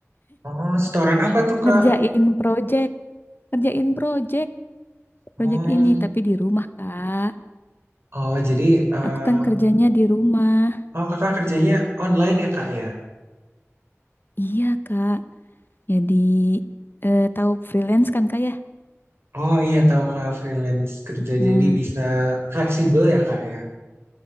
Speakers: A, on the right; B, on the left.
A: Oh, setoran apa tuh Kak?
B: ngerjain project, ngerjain project, project
A: Oh,
B: ini tapi di rumah Kak.
A: oh jadi eh
B: Aku kan kerjanya di rumah.
A: oh Kakak kerjanya online ya Kak ya?
B: Iya Kak, jadi eh, tahu freelance kan Kak ya?
A: Oh iya tahu Kak freelance kerja
B: Hmm,
A: jadi bisa fleksibel ya Kak ya?